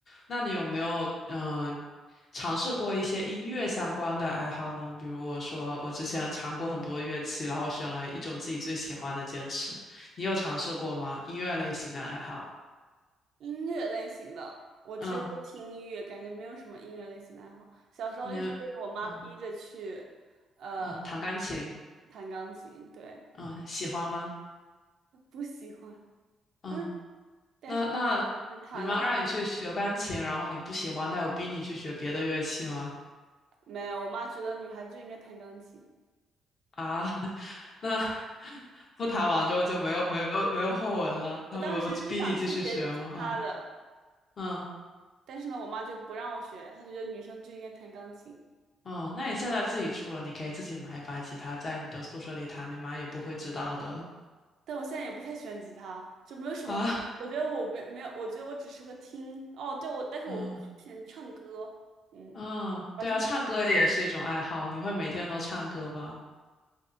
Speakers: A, on the left; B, on the right.
A: 那你有没有嗯尝试过一些音乐相关的爱好呢？比如我说我之前尝过很多乐器，然后选了一种自己最喜欢的坚持。你有尝试过吗？音乐类型的爱好？
B: 音乐类型的，我只会听音乐，
A: 嗯，
B: 感觉没有什么音乐类型的爱好。小时候一直被我妈逼着去，
A: 你嗯。
B: 呃，
A: 嗯，弹钢琴，
B: 弹钢琴，对，
A: 嗯，喜欢吗？
B: 不喜欢，
A: 嗯，
B: 嗯，但是
A: 那那你妈让你去学钢琴，
B: 呃弹了，
A: 然后你不喜欢，她有逼你去学别的乐器吗？
B: 没有，我妈觉得女孩子就应该弹钢琴。
A: 啊，<laughs> 那不弹完之后就没有没有没有后文了，她没有逼你继续学吗？
B: 我当时是想去学吉他的，
A: 啊嗯
B: 但是呢，我妈就不让我学，她觉得女生就应该弹钢琴。
A: 嗯，那你现在自己住了，你可以自己买一把吉他，在你的宿舍里弹，你妈也不会知道的
B: 但我现在也不太喜欢吉他，就没有什么。
A: 啊。
B: 我觉得我没没有，我觉得我只适合听。哦，对，我但是我会去喜欢唱歌，
A: 嗯
B: 嗯，
A: 嗯，
B: 我听，
A: 对啊，唱歌也是一种爱好，你会每天都唱歌吗？